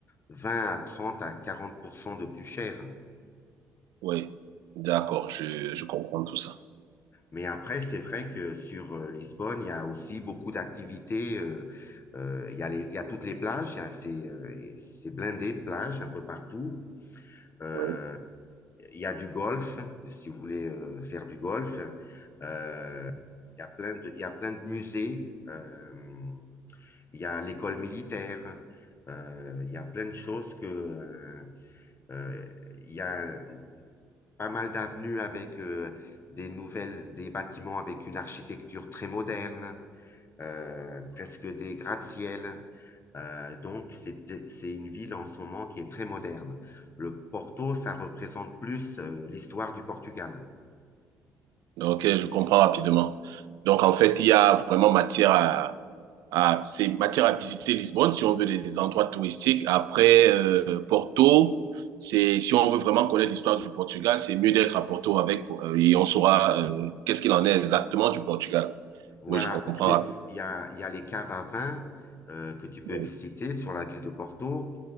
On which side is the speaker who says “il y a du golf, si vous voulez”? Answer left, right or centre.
Left